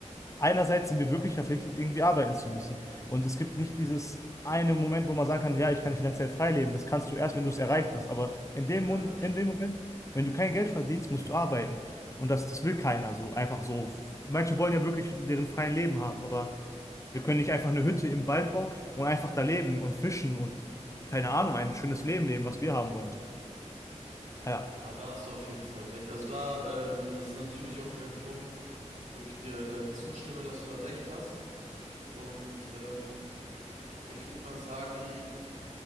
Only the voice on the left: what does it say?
einerseits sind wir wirklich verpflichtet, irgendwie arbeiten zu müssen. Und es gibt nicht dieses eine Moment, wo man sagen kann, ja, ich kann finanziell frei leben. Das kannst du erst, wenn du es erreicht hast. Aber in dem,
Mom-
in
dem Moment, wenn du kein Geld verdienst, musst du arbeiten. Und das, das will keiner so, einfach so. Manche wollen ja wirklich deren freien Leben haben, aber wir können nicht einfach eine Hütte im Wald bauen und einfach da leben und fischen und keine Ahnung, ein schönes Leben leben, was wir haben wollen. Ja,